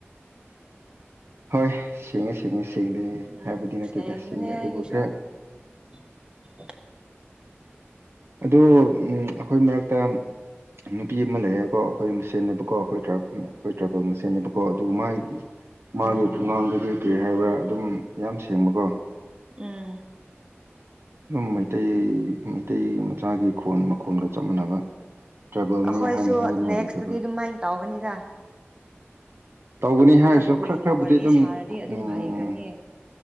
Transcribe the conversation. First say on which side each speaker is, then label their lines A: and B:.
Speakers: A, on the right; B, on the right.
A: ꯍꯣꯏ ꯁꯦꯡꯉꯦ ꯁꯦꯡꯉꯦ ꯁꯦꯡꯗꯦ
B: ꯎꯝ
A: ꯍꯥꯏꯕꯗꯤ ꯅꯠꯇꯦꯗ
B: ꯁꯦꯡꯕꯅꯦ
A: ꯁꯦꯡꯉꯦ
B: ꯑꯩꯒꯤꯁꯨ
A: ꯑꯗꯨꯕꯨ ꯈꯔ
B: <inaudible>
A: ꯑꯗꯣ ꯎꯝ ꯑꯩꯈꯣꯏ ꯃꯔꯛꯇ ꯅꯨꯄꯤ ꯑꯃ ꯂꯩꯌꯦꯀꯣ ꯑꯩꯈꯣꯏ ꯃꯁꯦꯜꯅꯦꯕꯀꯣ ꯑꯈꯣꯏ ꯇ꯭ꯔꯥꯏꯕ ꯑꯈꯣꯏ ꯇ꯭ꯔꯥꯏꯕꯦꯜ ꯃꯁꯦꯟꯅꯦꯕꯀꯣ ꯀꯣ ꯑꯗꯨ ꯃꯥꯏ ꯃꯥꯒꯤ
B: ꯎꯝ
A: ꯈꯨꯡꯉꯥꯡꯗꯨꯗꯤ ꯀꯔꯤ ꯍꯥꯏꯕ꯭ꯔꯥ ꯑꯗꯨꯝ ꯌꯥꯝ ꯁꯦꯡꯕꯀꯣ
B: ꯎꯝ
A: ꯗꯨꯝ ꯃꯩꯇꯩ ꯃꯩ ꯇꯩ ꯃꯆꯥꯒꯤ ꯈꯣꯟ ꯃꯈꯣꯟꯒ ꯆꯞ ꯃꯥꯟꯅꯕ ꯇ꯭ꯔꯥꯏꯕꯦꯜꯅꯦ
B: ꯑꯩꯈꯣꯏꯁꯨ
A: ꯍꯥꯏꯅ ꯍꯥꯏꯅꯤꯡꯉꯥꯏ
B: ꯅꯦꯛꯁꯇꯗꯤ
A: ꯂꯩꯇꯕ
B: ꯑꯗꯨꯃꯥꯏꯅ ꯇꯧꯒꯅꯤꯗ
A: ꯇꯧꯒꯅꯤ ꯍꯥꯏꯔꯁꯨ
B: ꯀꯨꯏꯅ
A: ꯈꯔ ꯈꯔꯕꯨꯗꯤ
B: ꯋꯥꯔꯤ
A: ꯑꯗꯨꯝ
B: ꯁꯥꯔꯗꯤ ꯑꯗꯨꯝ
A: ꯎꯝ
B: ꯍꯩꯈ꯭ꯔꯅꯤ